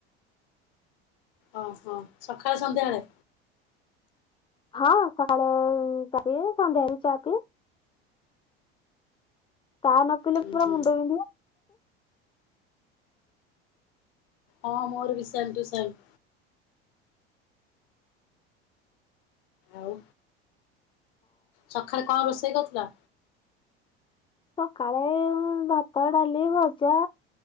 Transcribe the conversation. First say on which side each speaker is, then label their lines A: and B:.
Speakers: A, on the left; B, on the left.
A: ଓ ହୋ ସକାଳେ ସନ୍ଧ୍ୟାବେଳେ।
B: ହଁ ସକାଳେ ଚା ପିଏ ସନ୍ଧ୍ୟା ବି ଚା ପିଏ। ତା ନ ପିଲେ
A: ହୁଁ
B: ପୁରା
A: ହୁଁ
B: ମୁଣ୍ଡ ପିନ୍ଧିବ।
A: ହଁ ମୋର ବି ସେମ୍ ଟୁ ସେମ୍। ଆଉ। ସକାଳେ କଣ ରୋଷେଇ କରିଥିଲ।
B: ସକାଳେ ଏ ଭାତ ଡାଲି ଭ ଜା